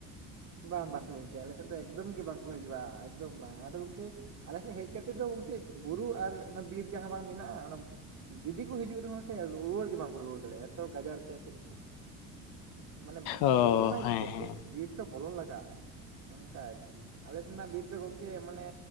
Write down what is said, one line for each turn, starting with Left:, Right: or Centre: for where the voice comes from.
Right: ᱵᱟᱝ ᱵᱟᱝ ᱜᱚᱝᱠᱮ ᱟᱞᱮ ᱥᱮᱜ ᱫᱚ ᱮᱠᱫᱚᱢ ᱜᱮ ᱵᱟᱝ ᱠᱚ ᱦᱤᱡᱩᱜ-ᱟ ᱮᱠᱫᱚᱢ ᱵᱟᱝ ᱟᱫᱚ ᱜᱚᱝᱠᱮᱼᱼ ᱟᱞᱮ ᱥᱮᱡ ᱦᱮᱡ ᱠᱟᱛᱮᱜ ᱫᱚ ᱜᱚᱝᱠᱮᱡ ᱵᱩᱨᱩ ᱟᱨ ᱚᱱᱟ ᱵᱤᱨ ᱡᱟᱦᱟᱸ ᱵᱟᱝ ᱢᱤᱱᱟᱜ-ᱟ ᱚᱱᱟᱼᱼ ᱡᱩᱫᱤ ᱠᱚ ᱦᱤᱡᱩᱜ ᱨᱮᱦᱚᱸ ᱥᱮ ᱨᱩᱣᱟᱹᱲ ᱜᱮ ᱵᱟᱝ ᱠᱚ ᱨᱩᱣᱟᱹᱲ ᱫᱟᱲᱮᱭᱟᱜ-ᱟ ᱮᱛᱚ ᱜᱟᱡᱟᱲ ᱛᱮ ᱮᱥᱮᱫ ᱟᱠᱟᱱᱟ ᱢᱟᱱᱮ
Left: ᱚ
Right: ᱩᱱᱤ ᱵᱚᱞᱚᱱᱟᱭ
Left: ᱦᱮᱸ
Right: ᱪᱤᱠᱟᱹᱛᱮ
Left: ᱦᱮᱸ
Right: ᱵᱤᱨ ᱛᱚ ᱵᱚᱞᱚᱱ ᱞᱟᱜᱟᱜ-ᱟ ᱚᱱᱠᱟ ᱟᱨᱠᱤ᱾ ᱟᱞᱮ ᱥᱮᱱᱟᱜ ᱵᱤᱨ ᱫᱚ ᱜᱚᱝᱠᱮ ᱢᱟᱱᱮᱼᱼ